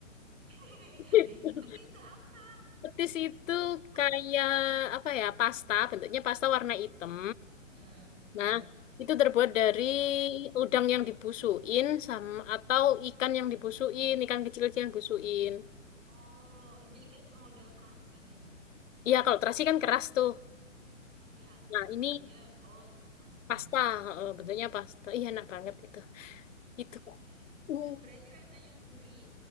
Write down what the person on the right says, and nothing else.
<laughs>
Petis tuh apa?
Aku,
Heeh. Heeh.
Oh, jadi kayak semodel terasi gitu.
Iya,
kalau dia oh lebih pasta.
<laughs>
Berarti rasanya gurih,